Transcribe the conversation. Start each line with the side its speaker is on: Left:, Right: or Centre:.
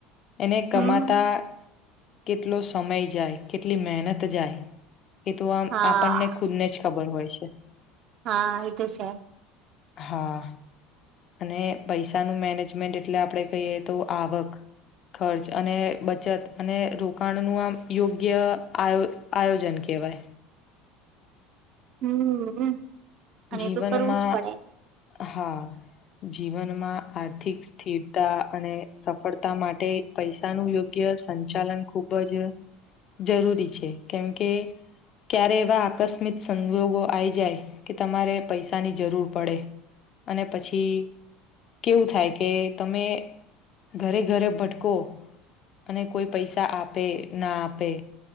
Left: એને કમાતા
Right: હમ
Left: કેટલો સમય જાય કેટલી મહેનત જાય એ તો આમ
Right: હા
Left: આપણને ખુદ ને જ ખબર હોય છે
Right: હા એ તો છે
Left: હા અને પૈસાનું મેનેજમેન્ટ એટલે આપડે કહીએ તો આવક ખર્ચ અને બચત અને રોકાણ નું આમ યોગ્ય આ આયોજન કે કેવાય
Right: હમ અને
Left: જીવનમાં
Right: એ તો કરવું જ પડે
Left: હા જીવનમાં આર્થિક સ્થિરતા અને સફળતા માટે પૈસા ન યોગ્ય સંચાલન ખૂબ જ જરૂરી છે કેમ કે ક્યારે એવા આકસ્મિક સંજોગો આઈ જાય કે તમારે પૈસાની જરૂર પડે અને પછી કેવું થાય કે તમે ઘરે ઘરે ભટકો અને કોઈ પૈસા આપે ના આપે